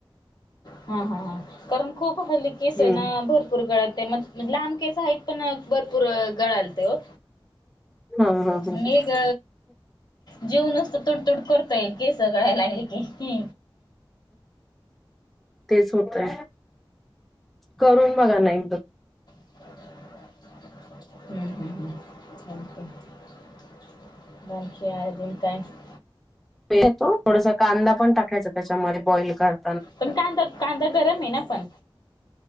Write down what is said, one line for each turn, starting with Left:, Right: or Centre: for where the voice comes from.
Left: हा हा हा कारण खूप हल्ली कस
Centre: हम्म
Left: ना भरपूर भरपूर गळालते मग लहान केस आहेत पण भरपूर गळालते ओ
Centre: हा हा हा
Left: ने ग जीव नुसत तुडतुड करतोय केस गळायला लागली की
Centre: तेच होतय करून बघा ना एकदा
Left: हम हम हम चालतंय बाकी आजुन काय
Centre: <inaudible> थोडसा कांदा पण टाकायचा त्याच्यामध्ये बॉईल करताना
Left: पण कांदा कांदा गरम आहे ना पण